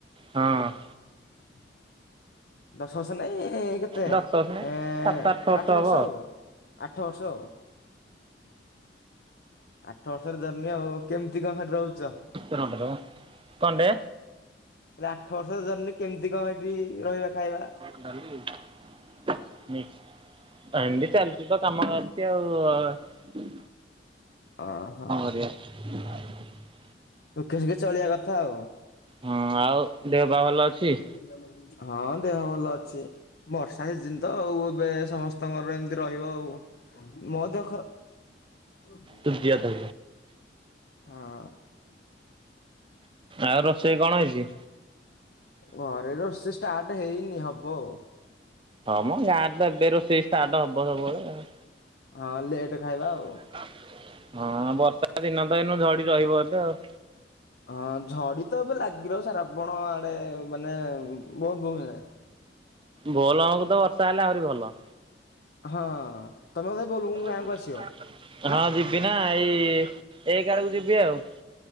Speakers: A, on the right; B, on the left.
A: ହଁ
B: <unintelligible> ଦଶ ବର୍ଷ ନାଇଁ ଏ କେତେ
A: ଦଶ ବର୍ଷ ନାଇଁ
B: ଏଁ
A: ସାତ
B: ଆଠ ବର୍ଷ
A: ହବ
B: ଆଉ ଆଠ ବର୍ଷ ଆଉ। ଆଠ ବର୍ଷର ଜର୍ଣ୍ଣି ଆଉ କେମ୍ ତି କଁ ସେଠି ରହୁଚ?
A: ହଁ। କଣଟେ
B: ଆଠ ବର୍ଷ ଜର୍ଣ୍ଣି କେମ୍ ତି କଁ ସେଠି ରହିବା ଖାଇବା?
A: <inaudible> ଟାଇମିଲି୍ ଚ଼ା ଚାଲିଚ଼ିତ <inaudible> କାମ ଚାଲିଚ଼ି ଆଉ।
B: ଅ ହ।
A: <inaudible>
B: ଦୁଖେ ସୁୁଖେ ଚଳିଆ କଥା ଆଉ।
A: ହଁ ଆଉ ଦେହ ପା ଭଲ ଅଛି?
B: ହଁ ଦେହ ଭଲ ଅଛି। ବର୍ଷା ସିଜିନ୍ ତ ଆଉ ଏବେ ସମସ୍ତଙ୍କର ଏମ୍ ତି ରହିବ ଆଉ ମୋ ଦେହ ଖରା ଓହୋ।
A: ଶୁଧିଆ <inaudible>
B: ହଁ।
A: ଆଉ ରୋଷେଇ କଣ ହେଇଚି?
B: ଘରେ ରୋଷେଇ ଷ୍ଟାର୍ଟ ହେଇନି ହବ ଆଉ।
A: ହଁ ମ ହିୟାର୍ ତ ଏବେ ରୋଷେଇ ଷ୍ଟାର୍ଟ ହବ ସବୁବେଳେ ଆଉ।
B: ହଁ ଲେଟ୍। ଖାଇବା ଆଉ
A: <inaudible> ହଁ ବର୍ଷା ଦିନତ ଏନୁ ଝଡି ରହିବ ଏବେ ଆଉ।
B: ହଁ ଝଡି ତ ଏବେ ଲାଗି ରହିବ ଶ୍ରାବଣ ଆଡେ ମାନେ ବହୁତ୍ ଦୁନ୍ ଯାଏଁ।
A: ବୋଲବମ ତ ବର୍ଷା ହେଲେ ଆହୁରି ଭଲ।
B: ହଁ। ତମେ ବୋଧେ ବୋଲବମ୍
A: <inaudible>
B: ଗାଁକୁ ଆସିବ
A: ହଁ ଯିବିନା ଏଇ ଏକ ଆଡକୁ ଯିବି ଆଉ।